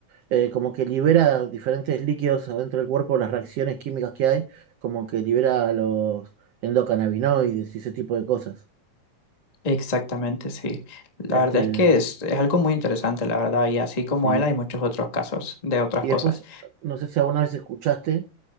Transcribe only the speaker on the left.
Exactamente, sí. La
verdad es que es, es algo muy interesante, la verdad, y así como
él hay muchos otros casos de otras
cosas.